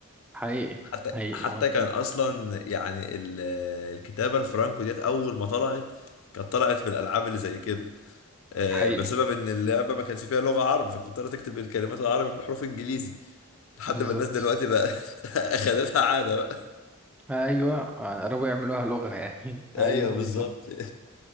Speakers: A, in the centre; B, on the left.
A: حقيقي
B: <laughs> حتى
A: حقيقي
B: حتى كان اصلا يعني ال... الكتابه الفرانكو ديت اول ما طلعت كانت طلعت في الالعاب اللي زي كده آه،
A: حقيقي
B: بسبب ان اللعبه ما كانش فيها لغه عربي فبتضطر تكتب الكلمات العربي بحروف انجليزي لحد
A: بالظبط
B: ما الناس دلوقتي بقى <laughs> اخدتها عاده بقى
A: أيوة قربوا يعملوها لغة يعني <laughs> أيوة
B: ايوه
A: بالظبط
B: بالظبط